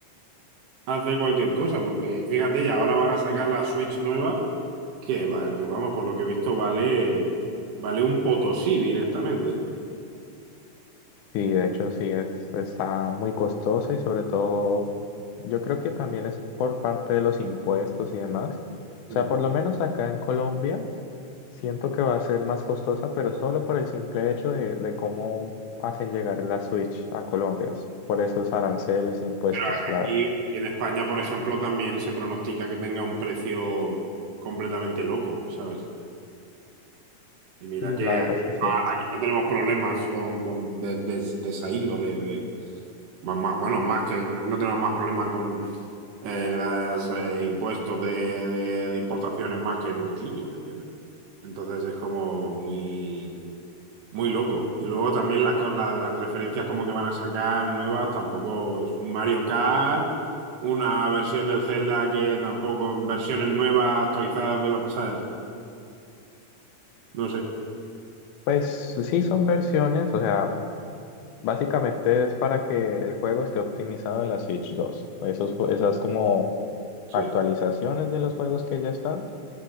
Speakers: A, on the right; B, on the left.
A: a hacer cualquier cosa, porque fíjate, ya ahora van a sacar la Switch nueva, que, va- que vamos, por lo que he visto, vale, vale un potosí directamente.
B: Sí, de hecho sí, es, está muy costosa y sobre todo yo creo que también es por parte de los impuestos y demás. O
A: Mm.
B: sea, por lo menos acá en Colombia. Siento que va a ser más costosa, pero solo por el simple hecho de, de cómo hacen llegar la Switch a Colombia, es por esos aranceles e impuestos.
A: Pero
B: La,
A: aquí, aquí en España, por ejemplo, también se pronostica que tenga un precio completamente loco, ¿sabes? Y mira
B: y
A: que
B: la verdad
A: aquí,
B: es que sí.
A: no aquí no tenemos problemas con, con- de, de- de esa índole, de, más, más- bueno, más que no, no tenemos más problemas con eh, los eh, impuestos de, de de importaciones más que en otros sitios, ¿me entiendes? Entonces es como muy... Muy loco. Y luego también las, co- la- las referencias como que van a sacar nuevas, tampoco es un Mario Kart, una versión del Zelda que tampoco, versiones nuevas actualizadas de los, ¿sabes? No sé.
B: Pues sí son versiones, o sea, básicamente es para que el juego esté optimizado en la Switch dos Esos, jue- esas como
A: Sí,
B: actualizaciones de los juegos que ya están,